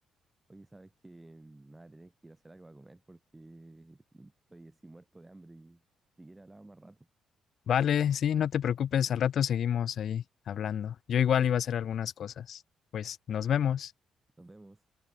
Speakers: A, on the right (about 15°); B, on the left (about 60°).
A: Oye, sabes que nada, tenés que ir a hacer algo para comer porque estoy así muerto de hambre y si quieres hablaba más rato.
B: Vale, sí, no te preocupes, al rato seguimos ahí hablando. Yo igual iba a hacer algunas cosas. Pues nos vemos.
A: Nos vemos.